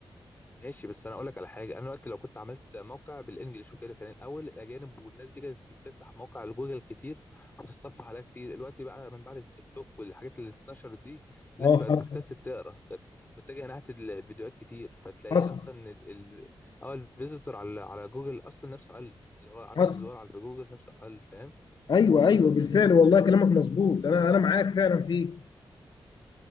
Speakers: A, on the left; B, on the left.
A: ماشي بس انا اقول لك على حاجه انا دلوقتي لو كنت عملت موقع بالانجلش وكده كان الاول الاجانب والناس دي كانت بتفتح مواقع لجوجل كتير وبتتصفح عليها كتير دلوقتي بقى من بعد التيك توك والحاجات اللي اتنشرت دي الناس
B: اه
A: بقت
B: حصل
A: بتكسل تقرا كانت متجهه ناحيه الفيديوهات كتير فتلاقي
B: حصل
A: اصلا ال... ال... اه الفيزيتور على على جوجل اصلا نفسه قل اللي هو عدد
B: حصل
A: الزوار على جوجل نفسه قل فاهم
B: ايوه ايوه بالفعل والله كلامك مظبوط انا انا معاك فعلا فيه